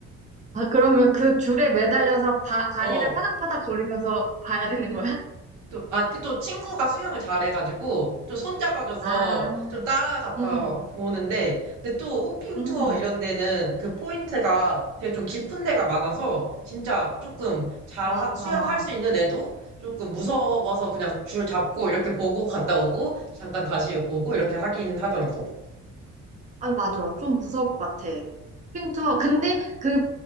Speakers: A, on the right (about 25°); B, on the right (about 85°).
A: 아, 그러면 그 줄에 매달려서 바, 다리를
B: 어,
A: 파닥파닥 거리면서 봐야 되는 거야?
B: 또, 아, 그 또 친구가 수영을 잘해가지고, 좀 손잡아줘서
A: 아,
B: 좀 따라갔다
A: 음,
B: 보는데, 근데 또 호핑
A: 음,
B: 투어 이런 데는 그 포인트가 되게 좀 깊은 데가 많아서, 진짜 조금 잘
A: 맞아.
B: 하- 수영할 수 있는 애도 조금 무서워서 그냥 줄 잡고 이렇게 보고 갔다 오고, 잠깐 다시 오고 이렇게 하긴 하더라고.
A: 아, 맞아. 좀 무서울 것 같아. 핑투어. 근데 그